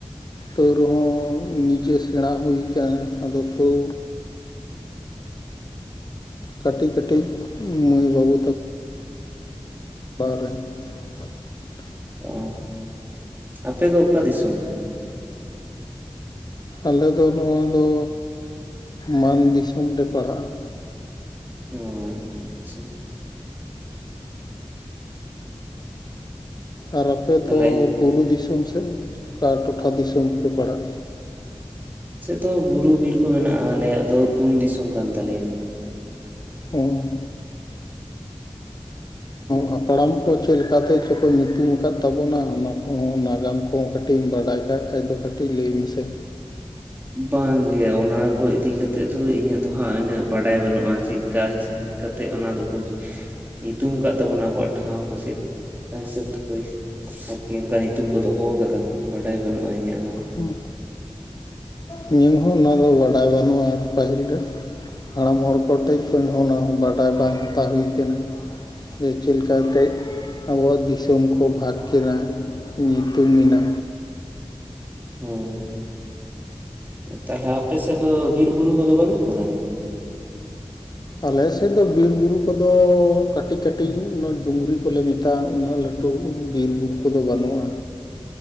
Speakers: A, on the left; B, on the right.
A: ᱛᱟᱹᱣ ᱨᱮᱦᱚᱸ ᱱᱤᱡᱮ ᱥᱮᱬᱟ ᱦᱩᱭ ᱟᱠᱟᱱ ᱟᱫᱚ ᱛᱟᱹᱣ ᱠᱟᱹᱴᱤᱡ ᱠᱟᱹᱴᱤᱡ ᱢᱟᱹᱭ ᱵᱟᱹᱵᱩ <inaudible>
B: ᱚ ᱟᱯᱮ ᱫᱚ ᱚᱠᱟ ᱫᱤᱥᱚᱢ
A: ᱟᱞᱮ ᱫᱚ ᱱᱚᱣᱟ ᱫᱚ ᱢᱟᱱ ᱫᱤᱥᱚᱢ ᱞᱮ ᱯᱟᱲᱟᱜᱼᱟ
B: ᱚ ᱟᱪᱪᱷᱟ
A: ᱟᱨ ᱟᱯᱮᱫᱚ
B: ᱛᱟᱦᱚᱞᱮ
A: ᱵᱩᱨᱩ ᱫᱤᱥᱚᱢ <inaudible> ᱚᱠᱟ ᱴᱚᱴᱷᱟ ᱫᱤᱥᱚᱢ ᱯᱮ ᱯᱟᱲᱟᱜ
B: ᱟᱞ ᱫᱚ ᱵᱩᱨᱩ ᱵᱤᱨ ᱠᱚ ᱢᱮᱱᱟᱜᱼᱟ ᱟᱞᱮᱭᱟᱜ ᱫᱚ ᱛᱩᱢ ᱫᱤᱥᱚᱢ ᱠᱟᱱ ᱛᱟᱞᱮᱭᱟ
A: ᱦᱮᱸ ᱦᱟᱯᱲᱟᱢ ᱠᱚ ᱪᱮᱫ ᱞᱮᱠᱟᱛᱮ ᱪᱚ ᱠᱚ ᱧᱩᱛᱩᱢ ᱟᱠᱟᱫ ᱛᱟᱵᱚᱱᱟ ᱚᱱᱟ ᱠᱚᱚᱸ ᱱᱟᱜᱟᱢ ᱠᱚᱦᱚᱸ ᱠᱟᱹᱴᱤᱡ ᱮᱢ ᱵᱟᱰᱟᱭ ᱠᱟᱜ ᱠᱷᱟ ᱫᱚ ᱠᱟᱹᱴᱤᱡ ᱞᱟᱹᱭ ᱢᱮᱥᱮ
B: ᱵᱟᱝᱜᱮ ᱚᱱᱟ ᱠᱚ ᱤᱫᱤ ᱠᱟᱛᱮᱫ ᱫᱚ ᱤᱧᱟᱹᱜ ᱫᱚ ᱵᱟᱝ ᱜᱮ ᱩᱱᱟᱠᱚ ᱤᱫᱤ ᱠᱟᱛᱮ ᱫᱚ ᱦᱟᱸᱜ ᱩᱱᱟᱹᱜ ᱵᱟᱰᱟᱭ ᱵᱟᱹᱱᱩᱜᱼᱟ ᱪᱮᱫᱠᱟ ᱦ ᱠᱟᱛᱮᱜ ᱚᱱᱟ ᱫᱚᱠᱚ ᱧᱩᱛᱩᱢ ᱠᱟᱜ ᱛᱟᱵᱚᱱᱟ ᱟᱵᱚᱣᱟᱜ ᱴᱷᱟᱶ ᱠᱚ ᱪᱮᱫᱠᱟ ᱦᱤᱥᱟᱹᱵ ᱛᱮᱠᱚ ᱚᱱᱠᱟ ᱧᱩᱛᱩᱢ ᱠᱚ ᱫᱚᱦᱚ ᱠᱟᱫᱟ ᱵᱟᱰᱟᱭ ᱵᱟᱹᱱᱩᱜᱼᱟ ᱤᱧᱟᱹᱜ ᱦᱚᱸ
A: ᱦᱩᱸ ᱤᱧᱟᱹᱟᱹᱜ ᱦᱚᱸ ᱚᱱᱟ ᱫᱚ ᱵᱟᱰᱟᱭ ᱵᱟᱹᱱᱩᱜᱼᱟ ᱯᱟᱹᱦᱤᱞ ᱨᱮᱱ ᱦᱟᱲᱟᱢ ᱦᱚᱲ ᱠᱚ ᱴᱷᱮᱡ ᱠᱷᱮᱡ ᱦᱚᱸ ᱚᱱᱟ ᱵᱟᱰᱟᱭ ᱵᱟᱝ ᱦᱟᱛᱟᱣ ᱦᱩᱭ ᱠᱟᱱᱟ ᱡᱮ ᱪᱮᱫᱞᱠᱟᱛᱜ ᱟᱵᱚᱣᱟᱜ ᱫᱤᱥᱚᱢ ᱠᱚ ᱵᱷᱟᱜᱽ ᱠᱮᱫᱟ ᱧᱩᱛᱩᱢ ᱮᱱᱟ
B: ᱦᱳᱭ ᱛᱟᱦᱚᱞᱮ ᱟᱯᱮ ᱥᱮᱫ ᱫᱚ ᱵᱤᱨᱵᱩᱨᱩ ᱠᱚᱫᱚ ᱵᱟᱹᱱᱩᱜ ᱠᱟᱫᱟᱱᱤ
A: ᱟᱞᱮ ᱥᱮᱫ ᱫᱚ ᱵᱤᱨᱼᱵᱩᱨᱩ ᱠᱚᱫᱚ ᱠᱟᱹᱴᱤᱡᱼ ᱠᱟᱹᱴᱤᱡ ᱩ ᱰᱩᱝᱨᱤ ᱠᱚᱞᱮ ᱢᱮᱛᱟᱜᱼᱟ ᱩᱱᱟᱹᱜ ᱞᱟᱹᱴᱩ ᱵᱤᱨᱼᱵᱩᱨᱩ ᱠᱚᱫᱚ ᱵᱟᱹᱱᱩᱜᱼᱟ